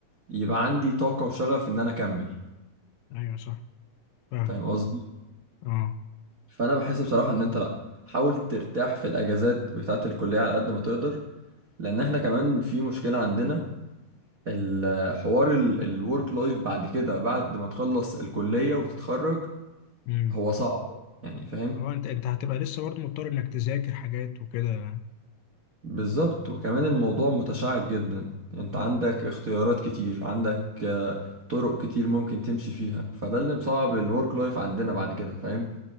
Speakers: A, on the right; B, on the left.
A: يبقى عندي طاقة وشغف إن أنا أكمل
B: أيوه صح فاهم
A: فاهم قصدي؟
B: اه
A: فانا بحس بصراحه ان انت لا حاول ترتاح في الاجازات بتاعه الكليه على قد ما تقدر لان احنا كمان في مشكله عندنا الحوار الورك لايف بعد كده بعد ما تخلص الكليه وتتخرج
B: امم
A: هو صعب يعني فاهم
B: اه أنت أنت هتبقى لسه برضه مضطر إنك تذاكر حاجات وكده
A: بالظبط وكمان الموضوع متشعب جدا انت عندك اختيارات كتير عندك آه، طرق كتير ممكن تمشي فيها فده اللي مصعب الورك لايف عندنا بعد كده فاهم